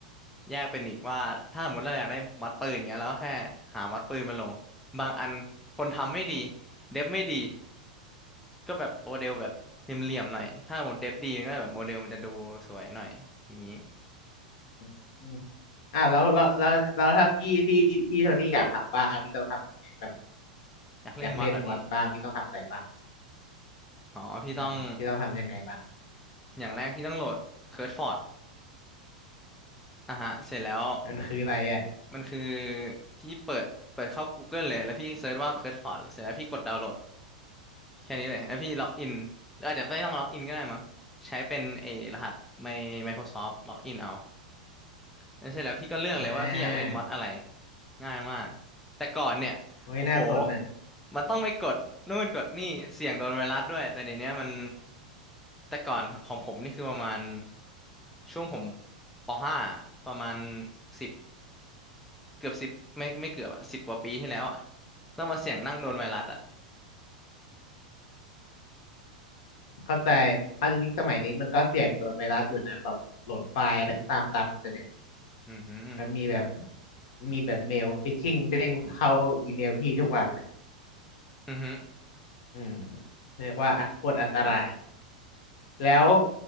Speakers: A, in the centre; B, on the left.
A: แยกเป็นอีกว่าถ้าสมมติเราอยากได้ม็อดปืนเงี้ยเราก็แค่หาม็อดปืนมาลงบางอันคนทำไม่ดีเดฟไม่ดีก็แบบโมเดลแบบเหลี่ยมๆหน่อยถ้าสมมติเดฟดีมันก็แบบโมเดลมันจะดูสวยหน่อยอย่างนี้
B: อืมอมอ้าวแล้วแล้วแล้วแล้วถ้าพี่พี่พี่โทนี่อยากทำบ้างพี่ต้องทำยังไงแบบ
A: อยากเล่นม็อดอ่ะพี่
B: อยากเล่นมอสบ้างพี่ต้องทำอะไรบ้าง
A: อ๋อพี่ต้อง
B: อืมพี่ต้องทำยังไงบ้าง
A: อย่างแรกพี่ต้องโหลดเคิร์ดฟอร์ดอ่ะฮะเสร็จแล้ว
B: มันคืออะไรอ่ะ
A: มันคือพี่เปิดเปิดเข้า Google เลยแล้วพี่เซิร์ชว่าเคิร์ดฟอร์ดเสร็จแล้วพี่กดดาวน์โหลด แค่นี้เลยแล้วพี่ล็อกอินหรืออาจจะไม่ต้องล็อกอินก็ได้มั้งใช้เป็นไอ้รหัสใน Microsoft ล็อกอินเอาแล้วเสร็จแล้วพี่ก็เลือกเลยว่าพี่อยากเล่นมอดอะไร
B: อ่า
A: ง่ายมากแต่ก่อนเนี่ยโอ้โห
B: โอ้ยน่าสนอ่ะ
A: มันต้องไปกดนู่นกดนี่เสี่ยงโดนไวรัสด้วยแต่เดี๋ยวนี้มันแต่ก่อนของผมนี่คือประมาณช่วงผมป .5 ประมาณสิบเกือบสิบไม่ไม่เกือบอะสิบกว่าปีที่แล้วอะต้องมาเสี่ยงนั่งโดนไวรัสอะ
B: เข้าใจเอาจริงๆสมัยนี้มันก็เสี่ยงโดนไวรัสอยู่นะแบบโหลดไฟล์อะไรก็ตามตามอินเทอร์เน็ต
A: อือหือ
B: มันมีแบบมีแบบเมลฟิชชิงเด้งเข้าอีเมลพี่ทุกวันเลย
A: อือหื
B: อืมเรียกว่าอันโคตรอันตรายแล้ว